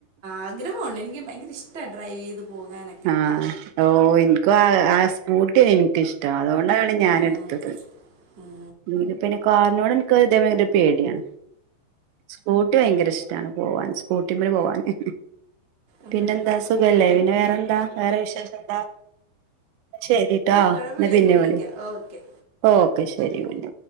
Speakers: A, on the right; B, on the right.
A: ആഗ്രഹം ഉണ്ട് എനിക്ക് ഭയങ്കര ഇഷ്ട ഡ്രൈവ് ചെയ്ത് പോകാനൊക്കെ
B: ആ ഓ എനിക്ക് ആ സ്കൂട്ടിയ എനിക്കിഷ്ട അതുകൊണ്ടാണ് ഞാന്
A: ആഹ്
B: എടുത്തത്
A: ഉം
B: എ നിക്ക് പിന്നെ കാറിനോട് എനിക്ക് ഇതേമാതിരി ഭയങ്കര പേടിയാണ് സ്കൂട്ടി ഭയങ്കര ഇഷ്ടാണ് പോവാൻ സ്കൂട്ടിമം പോവാന്
A: ഉം.
B: പിന്നെന്താ
A: ഓക്കെ
B: സുഖല്ലേ പിന്നെ വേറെന്താ വേറെ വിശേഷം എന്താ ശരിട്ടോ
A: കുഴപ്പല്ലെങ്കി
B: എന്നാ പിന്നെ
A: വിളിക്കാം
B: വിളി
A: ഓക്കെ
B: ഓക്കെ ശരി കുഞ്ഞ